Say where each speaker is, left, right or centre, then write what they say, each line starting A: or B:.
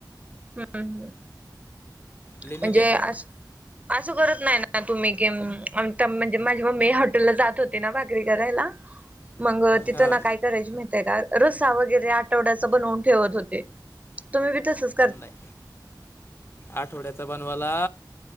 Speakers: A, on the right; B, on the left.
A: हम्मम हम्
B: लिमिट
A: म्हणजे
B: आहे ना
A: अस असं करत नाही ना तुम्ही क आ म्हणजे माझी मम्मी हॉटेलला जात हो भाकरी करायला मंग तिथं
B: हां
A: ना काय रस्सा वगैरे आठवड्याचा करून ठेवायची तुम्ही पण तसंच करायचा का
B: नाही आठवड्याचा बनवाला